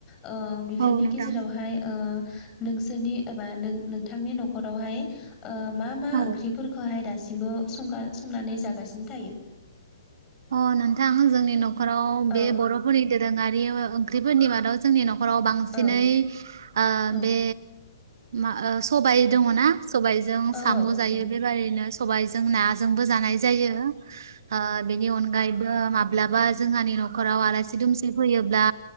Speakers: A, on the left; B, on the right.
A: औ बेफोरनि
B: औ नोंथां
A: गेजेरावहाय ओ नोंसोरनि एबा नोंथांनि न'खरावहाय ओ मा मा
B: औ
A: ओंख्रि खौहाय दासिमबो सं संनानै जागासिनो थायो?
B: अ नोंथां जोंनि न'खराव
A: औ
B: बे बर'फोरनि दोरोङारि ओंख्रिफोरनि मादाव जोंनि न'खराव बांसिनै
A: औ
B: ओ
A: औ
B: बे मा ओ सबाय दङना सबायजों
A: औ
B: साम'
A: औ
B: जायो
A: औ
B: बेबायदिनो सबायजों नाजोंबो जानाय जायो। ओ अनगायबो माब्लाबा जोंहानि न' नखराव आलासि दुमसि फैयोब्ला